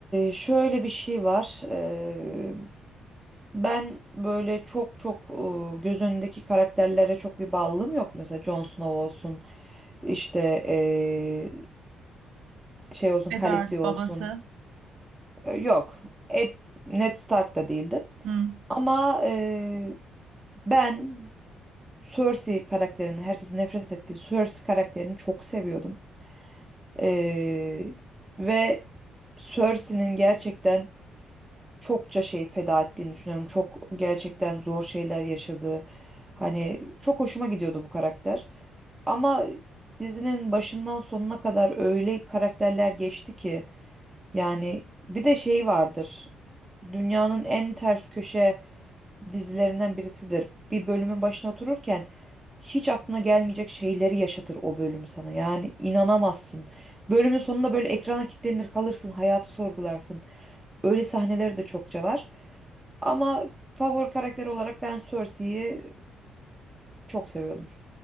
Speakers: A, on the right; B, on the right.
A: şöyle bir şey var. eee, ben böyle çok çok eee, göz önündeki karakterlere çok bir bağlılığım yok. Mesela Jon Snow olsun, işte eee, şey olsun,
B: Edward
A: Khaleesi olsun.
B: babası.
A: E, Yok. Ed, Ned Stark da değildi.
B: Hı.
A: Ama e, ben Cersei karakterini, herkesin nefret ettiği Cersei karakterini çok seviyordum. E, ve Cersei'nin gerçekten çokça şey feda ettiğini düşünüyorum. Çok gerçekten zor şeyler yaşadığı. Hani çok hoşuma gidiyordu bu karakter. Ama dizinin başından sonuna kadar öyle karakterler geçti ki yani bir de şey vardır dünyanın en ters köşe dizilerinden birisidir. Bir bölümün başına otururken hiç aklına gelmeyecek şeyleri yaşatır o bölüm sana. Yani inanamazsın. Bölümün sonunda böyle ekrana kilitlenir kalırsın, hayatı sorgularsın. Öyle sahneleri de çokça var. Ama favori karakter olarak ben Cersei'yi çok seviyordum.